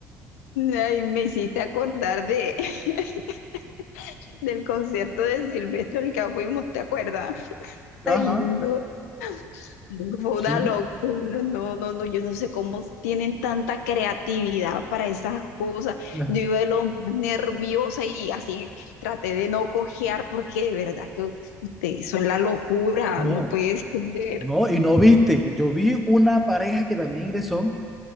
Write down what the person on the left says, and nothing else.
Ay, me hiciste acordar de, <laughs> del concierto de Silvestre al que fuimos, ¿te acuerdas? Ay,
no, <laughs> Fue
una locura, no, no, no, yo no sé cómo tienen tanta creatividad para esas cosas.
Yo iba de lo más nerviosa y así traté de no cojear porque de verdad que ustedes son la locura,
no puede ser.